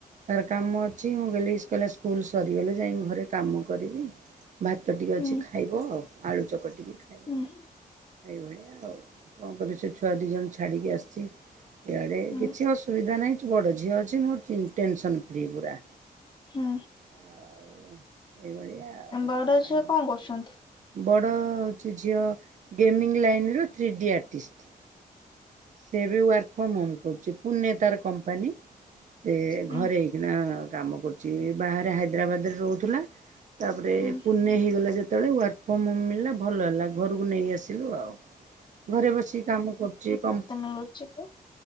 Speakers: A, on the right (about 55°); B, on the left (about 30°).
A: ତାର କାମ ଅଛି ମୁଁ ଗଲି କହିଲା, ସ୍କୁଲ ସରିଗଲେ ଯାଇ ଘରେ କାମ କରିବି। ଭାତ ଟିକିେ
B: ହୁଁ
A: ଅଛି ଖାଇବ, ଆଉ ଆଳୁ ଚକ ଟିକେ ଖାଇବ
B: ହୁଁ
A: ଏଇଭଳିଆ। ଆଉ କଣ କରୁ, ସେ ଛୁଆ ଦି ଜଣ ଛାଡିକି ଆସିଛି। ଆଡେ
B: ହୁଁ
A: କିଛି ଅସୁବିଧା ନାହିଁ, ବଡ ଝିଅ ଅଛି ମୋ ଟେନ୍ ସନ୍ ଫ୍ରି ପୁରା।
B: ହୁଁ।
A: ଆଉ ଏଇଭଳିଆ ଆଉ
B: ବଡା
A: ଆଉ
B: ଝିଅ କଣ କରୁଛନ୍ତି?
A: ବଡ଼ ହେଉଛି ଝିଅ ଗେମିଙ୍ଗ ଲାଇନ୍ର ଥ୍ରୀ ଡି ଆର୍ଟିଷ୍ଟ। ସେ ବି ୱାର୍କ ଫ୍ରମ ହୋମ୍ କରୁଛି ପୁନେ ତାର କମ୍ପାନୀ ସେ
B: ହୁଁ
A: ଘରେ ଏଇକିନା କାମ କରୁଛି। ବାହାରେ ହାଇଦ୍ରାବାଦ୍ ରହୁଥିଲା ତାପରେ
B: ହୁଁ
A: ପୁନେ ହେଇଗଲା ଯେ ସେତେବେଳେ ୱାର୍କଫମ୍ ହୋମ୍ ମିଳିଲା ଭଲ ହେଲା। ଘରକୁ ନେଇ ଆସିଲୁ ଆଉ। ଘରେ ବସି କାମ କରୁଛି କମ୍ପା
B: ଆଉ ଅଛି କି?